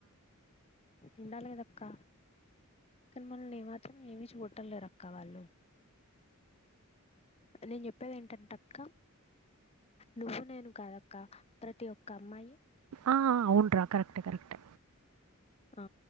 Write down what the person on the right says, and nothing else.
ఆ అవును రా కరెక్ట్ కరెక్